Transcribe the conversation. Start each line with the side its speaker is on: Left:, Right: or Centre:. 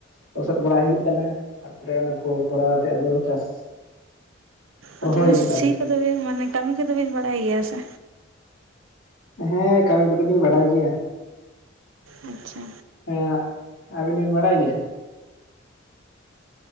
Left: ᱞᱚᱥᱚᱫ ᱵᱟᱲᱟ ᱦᱩᱭᱩᱜ ᱠᱟᱱᱟ ᱛᱟ ᱯᱚᱨᱮ ᱚᱱᱟ ᱠᱚ ᱠᱚᱨᱟᱣᱛᱮ ᱟᱫᱚ ᱪᱟᱥ
Right: ᱟᱨ
Left: ᱨᱚᱦᱚᱭ
Right: ᱛᱟᱦᱚᱞᱮ
Left: ᱦᱩᱭᱩᱜᱼᱟ
Right: ᱥᱤ
Left: ᱟᱫᱚ
Right: ᱠᱚᱫᱚ ᱵᱤᱱ ᱢᱟᱱᱮ ᱠᱟᱹᱢᱤ ᱠᱚᱫᱚ ᱵᱤᱱ ᱵᱟᱰᱟᱭ ᱜᱮᱭᱟ ᱥᱮ
Left: ᱦᱮᱸ ᱠᱟᱹᱢᱤ ᱠᱚᱫᱚᱞᱤᱧ ᱵᱟᱰᱟᱭ ᱜᱮᱭᱟ
Right: ᱟᱪ ᱪᱷᱟ
Left: ᱦᱮᱸ ᱟᱵᱤᱱ ᱵᱤᱱ ᱵᱟᱰᱟᱭ ᱜᱮᱭᱟ